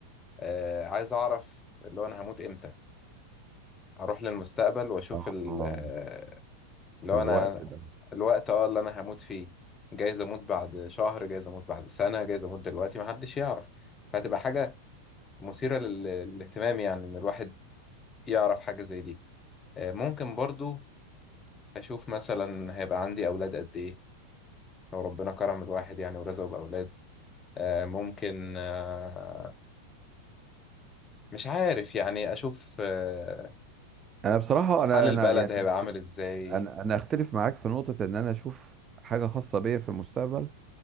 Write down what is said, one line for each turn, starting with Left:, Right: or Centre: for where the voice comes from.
Left: آه عايز اعرف اللي هو انا هموت امتى اروح للمستقبل واشوف
Right: اه
Left: ال-
Right: آه،
Left: آه، اللي
Right: الوقت
Left: هو انا
Right: ده
Left: الوقت اه اللي انا هموت فيه جايز اموت بعد شهر جايز اموت بعد سنه جايز اموت دلوقتي محدش يعرف فهتبقى حاجه مثيره لل- للاهتمام يعني ان الواحد يعرف حاجه زي دي آه ممكن برضو اشوف مثلا هيبقى عندي اولاد قد ايه لو ربنا كرم الواحد يعني ورزقه باولاد آه، ممكن آه، مش عارف يعني أشوف آه،
Right: انا بصراحة
Left: حال
Right: انا
Left: البلد
Right: انا يعني
Left: هيبقى عامل إزاي
Right: انا انا اختلف معاك في نقطة ان انا اشوف حاجة خاصة بيا في المستقبل